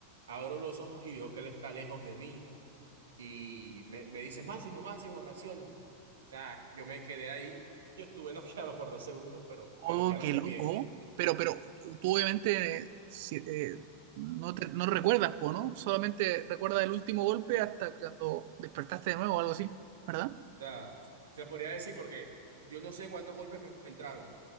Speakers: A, on the right (about 65°); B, on the right (about 50°).
A: abro los ojos y veo que él está lejos de mí y me, me dice, Máximo, Máximo, reacciona. O sea, yo me quedé ahí, yo estuve <laughs> noqueado por dos segundos, pero
B: oh,
A: me noquearon
B: qué
A: de
B: loco.
A: pie.
B: Pero, pero tú obviamente si- eh, no, te- no recuerdas, po, ¿no? Solamente recuerdas el último golpe hasta cuando despertaste de nuevo o algo así, ¿verdad?
A: O sea, se podría decir porque yo no sé cuántos golpes me entraron.